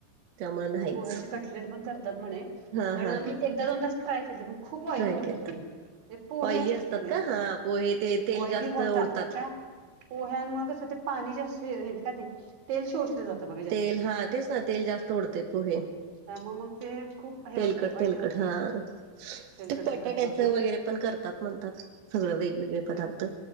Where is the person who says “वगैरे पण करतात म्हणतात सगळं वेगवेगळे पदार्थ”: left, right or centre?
Right